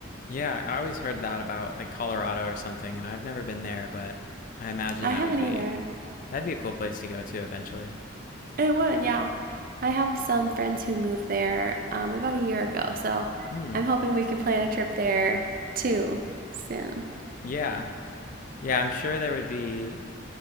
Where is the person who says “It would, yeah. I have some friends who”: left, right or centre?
Right